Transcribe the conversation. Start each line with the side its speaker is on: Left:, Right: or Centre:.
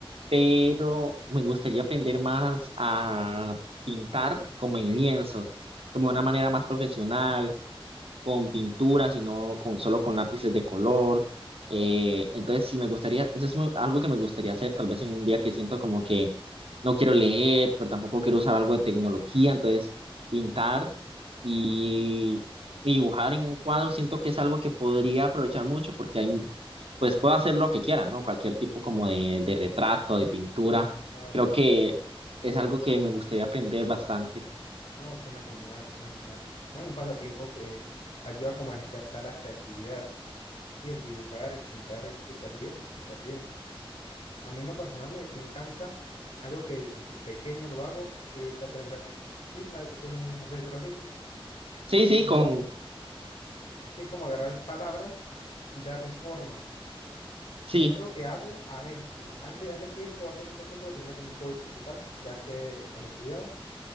Right: pero me gustaría aprender más a pintar como en lienzos, como de una manera más profesional, con pinturas y no con, solo con lápices de color. Eh, entonces, sí me gustaría, eso es mu- algo que me gustaría hacer, tal vez en un día que siento como que no quiero leer, pero tampoco quiero usar algo de tecnología, entonces pintar y, y dibujar en un cuadro siento que es algo que podría aprovechar mucho porque hay, pues puedo hacer lo que quiera, ¿no? Cualquier tipo como de, de retrato, de pintura,
Left: Claro,
Right: creo
Left: claro.
Right: que es algo que me gustaría aprender bastante.
Left: No, suena genial, suena genial. No hay un pasatiempo que ayuda como a despertar la creatividad. Sí, el dibujar, el pintar es súper bien, súper bien. A mí en lo personal me, me encanta, algo que desde pequeño lo hago, es hacer graffiti. Sí, ¿sabes qué son hacer graffiti?
Right: Sí,
Left: Es como,
Right: sí, con,
Left: sí, es como agarrar palabras y darle formas.
Right: sí,
Left: Y es algo que hago a veces. Antes, hace tiempo, hace mucho tiempo lo tenía como un hobby principal, ya que cuando estudiaba,